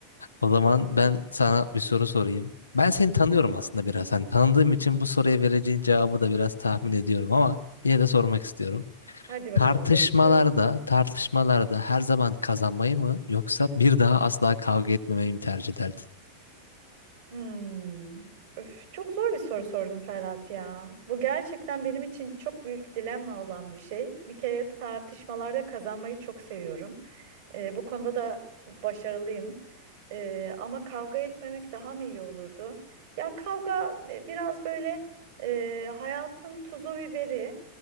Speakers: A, on the left; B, on the right.
A: O zaman
B: Hmm,
A: ben sana bir soru sorayım. Ben seni tanıyorum
B: tamam.
A: aslında biraz. Hani tanıdığım için bu soruya vereceğin cevabı da biraz tahmin ediyorum ama yine de sormak istiyorum.
B: Hadi bakalım
A: Tartışmalarda,
B: bekliyorum.
A: tartışmalarda her zaman kazanmayı mı yoksa bir daha asla kavga etmemeyi mi tercih ederdin?
B: Hmm. Öf, çok zor bir soru sordun Ferhat ya. Bu gerçekten benim için çok büyük dilemma olan bir şey. Bir kere tartışmalarda kazanmayı çok seviyorum. Ee, bu konuda da başarılıyım. Ee, ama kavga etmemek daha mı iyi olurdu? Ya kavga e, biraz böyle e, hayatın tuzu biberi.